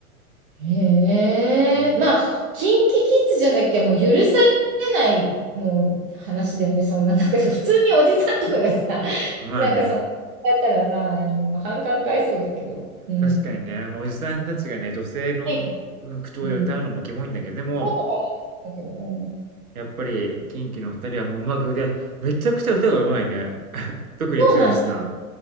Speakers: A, on the right; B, on the right.
A: へえ、
B: うん。
A: まあ、キンキキッズじゃなきゃもう許されない、もう話だよね、そんな、<laughs> なんか普通におじさんとかがさ、<laughs>
B: まあね、
A: なんかその、だったらさ、あの、反感買いそうだけど、うん。
B: 確かにね、もうおじさんたちがね、女性のうん口調で歌うのもキモいんだけど、
A: はい、うん。
B: でも、
A: そうとかなりそうだけど、うん。
B: やっぱり、キンキの二人はもううまく、で、めちゃくちゃ歌がうまいね。<laughs> 特に剛さん。
A: そうなのよ。